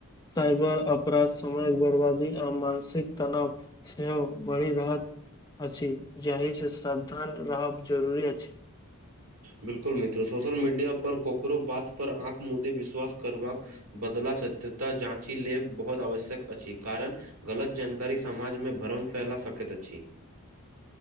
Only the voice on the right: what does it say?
बिल्कुल मित्र सोशल मीडिया पर कोकरो बात पर आँख मुद्दे विश्वास करबाक। बदला सत्यता जाँची लेब बहुत आवश्यक अछि कारण। गलत जानकारी समाजमे भ्रम फैला सकैत अछि।